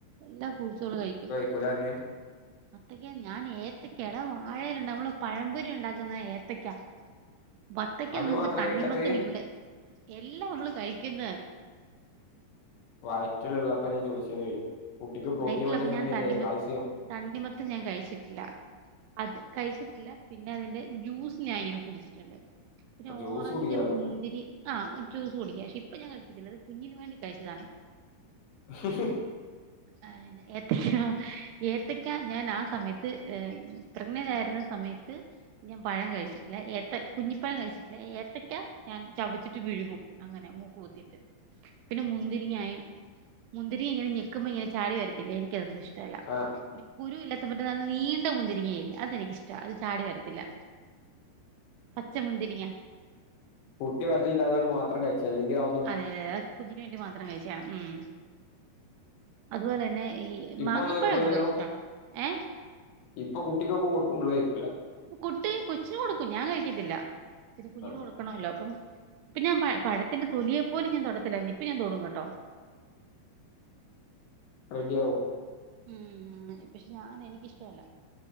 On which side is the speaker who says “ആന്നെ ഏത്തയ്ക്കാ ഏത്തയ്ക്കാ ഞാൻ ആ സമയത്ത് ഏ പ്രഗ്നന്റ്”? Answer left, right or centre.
Right